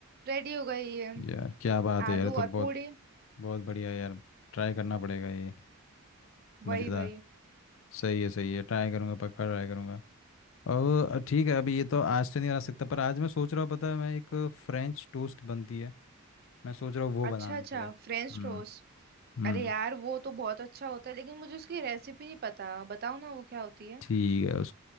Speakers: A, on the right; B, on the left.
A: रेडी हो गई ये
B: यार क्या बात
A: आलू
B: है यार ये तो
A: और
B: बहुत
A: पूरी
B: बहुत बढ़िया है यार ट्राई करना पड़ेगा ये मज़ेदार
A: वही वही
B: सही है सही है ट्राई करूंगा पक्का ट्राई करूंगा अब ठीक है अभी ये तो आज तो नहीं बना सकता पर आज मैं सोच रहा हूँ पता है मैं एक फ्रेंच टोस्ट बनती है मैं सोच रहा हूँ वो
A: अच्छा
B: बनाने
A: अच्छा
B: के लिए हम्म
A: फ्रेंच टोस्ट
B: हम्म
A: अरे यार वो तो बहुत अच्छा होता है लेकिन मुझे उसकी रेसिपी नहीं पता बताओ ना वो क्या होती है
B: ठीक है उस